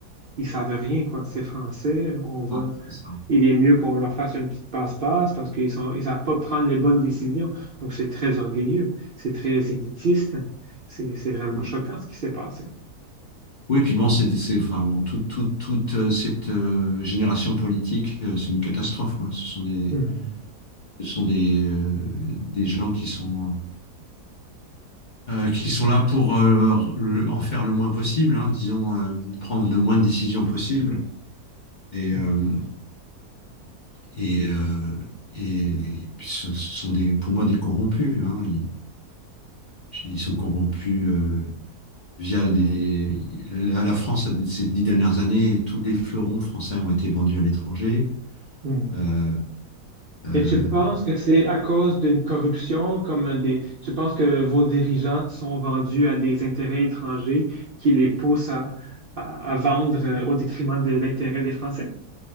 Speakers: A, on the right; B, on the left.
A: ils savent rien, quoi, c'est français, on va
B: Ah, c'est ça.
A: il est mieux qu'on leur fasse une petite passe-passe parce qu'ils sont, ils savent pas prendre les bonnes décisions. Donc, c'est très orgueilleux, c'est très élitiste. C'est, c'est vraiment
B: Oui,
A: choquant ce qui s'est passé.
B: Oui, puis bon, c'est, c'est, enfin, bon, toute, toute, toute euh, cette euh, génération politique, euh, c'est une catastrophe, quoi. Ce sont des,
A: Mhm.
B: ce sont des, euh, des gens qui sont, euh, euh, qui sont là pour euh, le- en faire le moins possible, hein, disons, euh, prendre le moins de décisions possible. Et,
A: Mhm.
B: euh, Et, euh, et puis ce, ce sont des, pour moi des corrompus. hein. Ils, ils sont corrompus euh, via des. La, la France, a- ces dix dernières années, tous les fleurons français ont été vendus à l'étranger.
A: Mhm.
B: Euh, euh,
A: Et tu penses que c'est à cause d'une corruption, comme des, tu penses que vos dirigeants sont vendus à des intérêts étrangers qui les poussent à, à- à vendre euh, au détriment de l'intérêt des Français?